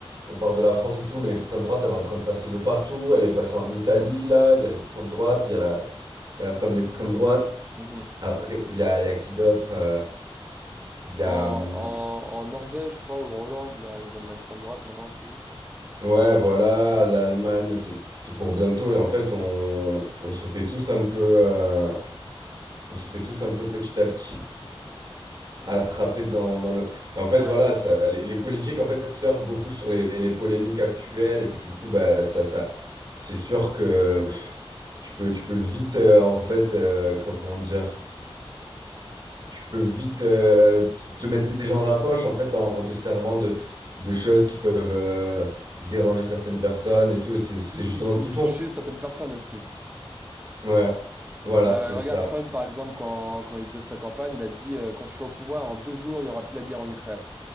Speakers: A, on the right; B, on the right.
A: on parle de la France et tout, mais l'extrême droite, elle est en train de passer de partout. Elle est passée en Italie, là, il y a l'extrême droite, il y a la, il y a la femme d'extrême droite.
B: mhm.
A: Après, il y a, il y a qui d'autre? euh, Il y
B: En,
A: a, hum,
B: en, en Norvège, je crois, ou en Hollande, il y a, il y a de l'extrême droite maintenant aussi.
A: ouais,
B: si je me trompe
A: voilà,
B: pas.
A: l'Allemagne, c'est, c'est pour bientôt. Et en fait, on, on se fait tous un peu, euh, on se fait tous un peu petit à petit attraper dans, dans le. Et en fait,
B: Ouais.
A: voilà, ça, les, les politiques, en fait, surfent beaucoup sur les, les polémiques actuelles. Et puis, du coup, bah, ça, ça, c'est sûr que pff, tu peux, tu peux vite, euh, en fait, euh, comment dire. tu peux vite euh, t- te mettre des gens dans la poche en fait en,
B: Ou,
A: en te servant de, de choses qui peuvent euh, déranger certaines personnes et tout et c'est c'est
B: ou-
A: justement ce
B: ou
A: qu'ils
B: toucher
A: font.
B: certaines personnes aussi.
A: Ouais, voilà,
B: Bah,
A: c'est ça.
B: regarde, Trump, par exemple, quand, quand il faisait sa campagne, il a dit euh, Quand je serai au pouvoir, en deux jours, il n'y aura plus la guerre en Ukraine.